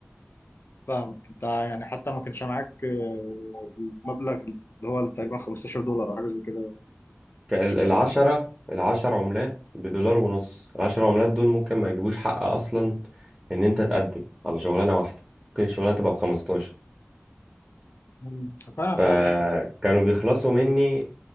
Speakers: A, on the left (about 55°); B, on the right (about 15°).
A: فاهمك انت يعني حتى ما كانش معاك آه، المبلغ اللي هو تقريبا 15 دولار او حاجه زي كده ما
B: ك- ال-
A: كانش بيبقى
B: العشرة
A: معاك
B: العشر عملات بدولار ونص العشر عملات دول ممكن ما يجيبوش حق اصلا ان انت تقدم على شغلانة واحدة ممكن الشغلانة تبقى بخمستاشر
A: مم. فعلا الحوار
B: فكانوا
A: رخم
B: بيخلصوا مني